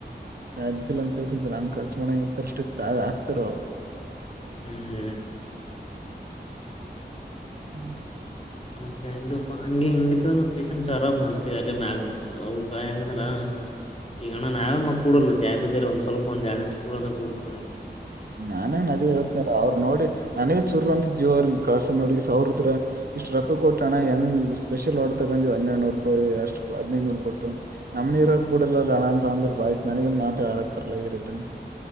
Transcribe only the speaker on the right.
ಸಾಧ್ಯ ಇಲ್ಲ ಅಂತೇಳ್ಕಂತ ನಂಗ್ ಖರ್ಚು ಮಾಡೋಂಗ ಅಂತ ಅಷ್ಟ ಇ ತ ಹಕ್ತಾರ ಅವರು
ಹ್ಮ್
ನಾನಗ ನದಿ ಹೇಳತ್ನ ಅವ್ರರು ನೋಡಿ ನನಗ ಚುರು ಅಂತ ಜೀವ ಅವ್ರಿಗೆ ಕಳಸ ನೋಡ ಸ ಅವ್ರದ್ರ ಇಷ್ಟು ರೊಕ್ಕ ಕೊಟ್ಟೋಣ್ಣ ಹೆಂಗ್ ಸ್ಪೆಷಲ್ ಆಡ ತಗ್ ಹನ್ನೆರಡುನೂರು ಅಷ್ಟು ಹದಿನೈದುನೂರು ಕೊಟ್ಟು ನಮ್ ಇರಕ್ ಬಿಡಲ್ಲಣ ಅಂತ ಅಂದ್ರ ಬಾಯ್ತ ನನಗೆ ಮಾತ್ರ ಆಳ ಪಡ್ಲ್ಲ ಇದು ರಿಟನ್